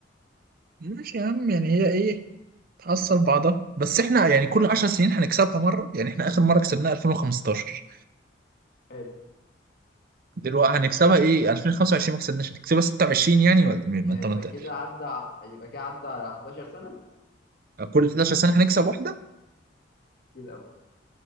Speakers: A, on the right; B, on the left.
A: ماشي يا عم يعني هي ايه تحصل بعضها بس احنا يعني كل عشر سنين هنكسبها مره يعني احنا اخر مره كسبناها 2015
B: حلو
A: دلوقتي هنكسبها ايه 2025 ما كسبناش هنكسبها 26 يعني ولا مين؟
B: يعني
A: ما انت
B: يبقى
A: ما انت
B: كده عدى يبقى كده عدى 11 سنه
A: كل 11 سنه هنكسب واحده
B: كتير قوي